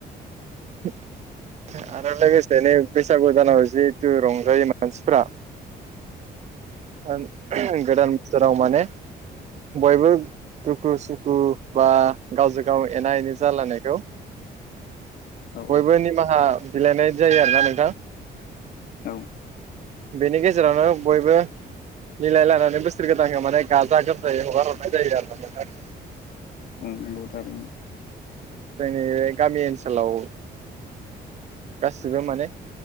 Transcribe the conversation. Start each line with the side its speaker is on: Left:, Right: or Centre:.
Right: <unintelligible> आरो लोगोसे नै बैसागु दानाव जिहेथु रंजायो मानसिफ्रा आ गोदान बोसोराव माने बयबो दुखु सुखु बा गावजों गाव एना एनि जालायनायखौ
Left: औ
Right: बयबो निमाहा बिलाइनाय जायो आरो ना नोंथां
Left: औ
Right: बेनि गेजेरावनो बयबो मिलाय लानानै बोसोर गोदानखौ माने गाजा गोमजायै हगार हरनाय जायो आरो ना नोंथां।
Left: नोंगौथ आरो।
Right: जोंनि बे गामि ओनसोलाव गासिबो माने